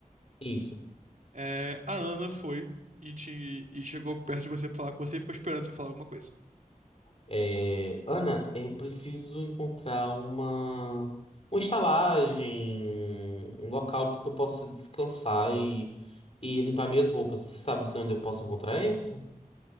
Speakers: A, on the left; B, on the right.
A: Isso.
B: É, a Ana foi e, te, e chegou perto de você pra falar com você e ficou esperando você falar alguma coisa.
A: É, Ana, eu preciso encontrar uma, uma estalagem, um local porque eu possa descansar e, e limpar minhas roupas. Você sabe dizer onde eu posso encontrar isso?